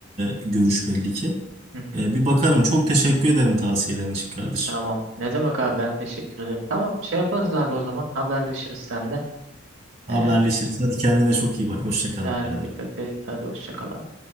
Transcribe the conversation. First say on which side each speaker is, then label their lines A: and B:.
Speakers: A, on the right; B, on the right.
A: görüş belli ki.
B: hı hı.
A: E, bir bakarım. Çok teşekkür ederim tavsiyelerin için kardeşim.
B: Tamam. Ne demek abi ben teşekkür ederim. Tamam şey yaparız abi o zaman haberleşiriz seninle.
A: Haberleşiriz.
B: E,
A: Hadi kendine çok iyi bak. Hoşça kal
B: sen
A: biraderim.
B: de dikkat et. Hadi hoşça kal abi.